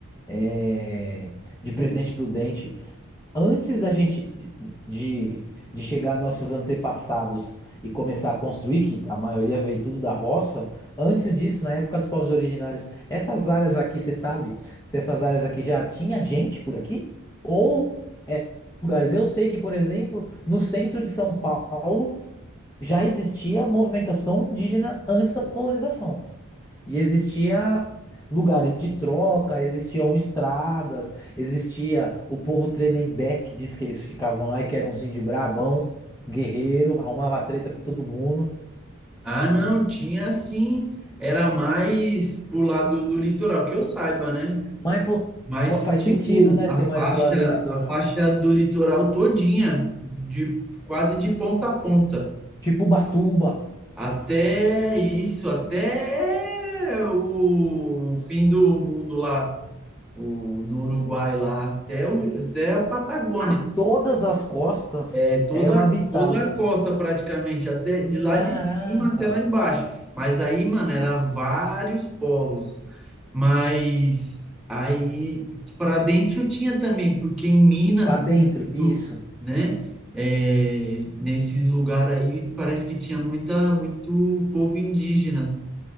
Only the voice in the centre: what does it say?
Ah, não, tinha assim, era mais pro lado do litoral, que eu saiba, né?
Mas,
tipo,
a
faixa,
a faixa do litoral todinha, de quase de ponta a ponta.
Até isso, até o fim do mundo lá, o, no Uruguai lá, até, o, até a Patagônia.
É toda,
toda a costa praticamente, até de lá
de cima até lá embaixo. Mas aí, mano, era vários povos. Mas aí para dentro tinha também, porque em Minas,
tem muito,
né? É, nesses lugares aí parece que tinha muita, muito povo indígena.